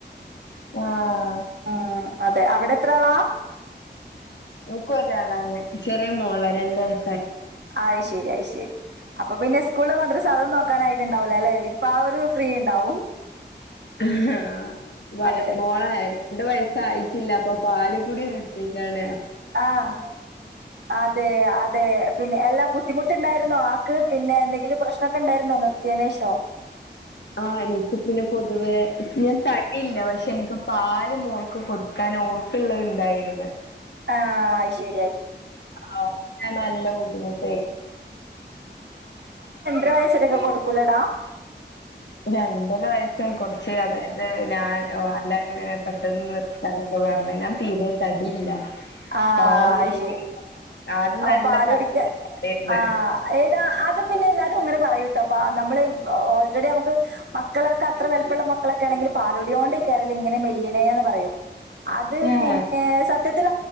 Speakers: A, on the left (about 70°); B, on the right (about 70°).
A: ആ ആ
B: ഉം അതെ അവിടെത്ര ആളാ
A: ഇൻക്ക് ഒരാളാണ് ചെറിയ മോള രണ്ട വയസായി
B: ആയി ശരിയയി ശരി അപ്പൊ പിന്നെ സ്കൂള് മത്രരം സാധനം നോക്കാനായിട്ട്ുണ്ടാവലേ അല്ലെ ഇപ്പ ആ ഒരു ഫ്രീ ഉണ്ടാവും
A: ആഹ വ
B: അതെ
A: മോളായിരുന്നു രണ്ട വയസ്സായിയിട്ടില്ല അപ്പൊ പാലക്കൂടി നിർത്തിക്കാണ
B: ആഹ അതെ അതെ പിന്നെ എല്ലാ ബുദ്ധിമുട്ടുണ്ടായിരുന്നോ ക്ക് പിന്നെ എന്തെങ്കിലും പ്രശ്നമൊക്കെ ഉണ്ടായിരുന്നോ നിർയനേഷം
A: ആഹ് എനിക്ക് പിന്നെ പൊതുവേ ഞാൻ തടിയില്ല പക്ഷെ എനിക്ക് പാാല മോൾക്ക് കൊടുക്കാൻ ഓൾക്കള്ളത് ഉണ്ടായിരുത്
B: ആഹ രി
A: അവക്ക് നല്ല ബുദ്ധിമുട്ടായി
B: രണ്ടര വയസ്സരൊക്കെ കൊടുക്കൂലടാ
A: രണ്ടര വയസ്സും കുറച്ച് അതായത് ഞാൻ ങ്ങനെ പെട്ടെന്ന് നിർത്താതെ ക്കെ പറഞ്ഞ ഞാൻ പീടിക തടിയില്ല
B: ആ
A: പാല് കുടിക്കണ
B: ശരി
A: ആദ്യം
B: അ
A: നല്ല
B: പാലുകുടിക്കാൻ
A: തടി ഉണ്ടായിരുന്നു
B: ആയിടാ അ പിന്നെ എല്ലാരും അങ്ങെനെ പറയുട്ടോ പ നമ്മള് ഓൾറെഡി നമക്ക് മക്കളൊക്കെ അത്ര വലിപ്പമുള്ള മക്കളൊക്കെ ആണെങ്കിൽ പാലുടിയോ കൊണ്ട് ഈ കേയറിൽ ഇങ്ങനെ മെലീയെണെന്ന് പറയും അത്
A: ഏഹ്
B: പിന്നെ സത്യത്തി